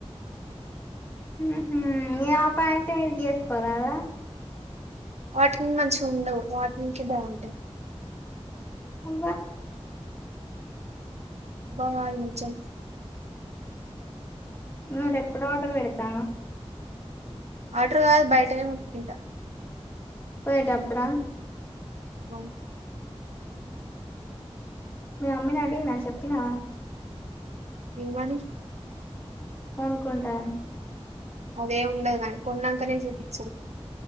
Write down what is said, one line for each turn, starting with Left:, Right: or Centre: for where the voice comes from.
Left: ఉహూ ఇగ ఆ ప్యాంటు మీదికేసుకోరాదా
Right: వాటిమీద మంచి ఉండవు వాటిమిదికే బాగుంటాయి
Left: అబ్బ
Right: అబ్బా నీజం
Left: మరి ఎప్పుడు ఆర్డర్ పెడుతానవ్
Right: ఆడర్ కాదు బయటనే కొంక్కుంట
Left: పోయేటప్పుడా
Right: ఆమ్మో
Left: మీ మమ్మినడిగిన షేప్పినవా
Right: ఏమని
Left: కొన్కుంట అని
Right: అదే ఉండదు మనం కొన్నంకనే చూపిచ్చుడు